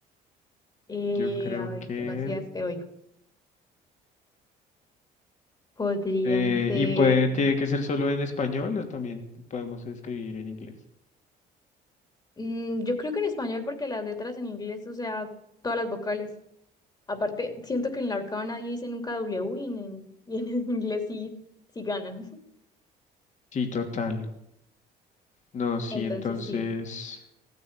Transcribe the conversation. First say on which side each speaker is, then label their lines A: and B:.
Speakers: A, on the left (about 25°); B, on the left (about 45°).
A: Eh,
B: yo creo
A: a ver,
B: que...
A: ¿qué más ideas te oigo? Podrían
B: eh,
A: ser...
B: ¿y puede, tiene que ser solo en español o también podemos escribir en inglés?
A: mm, yo creo que en español, porque las letras en inglés, o sea, todas las vocales. Aparte, siento que en la horcada nadie dice nunca W y en, en- <laughs> y en el inglés sí, sí ganan. <laughs>
B: Sí, total. No, sí,
A: Entonces
B: entonces
A: sí.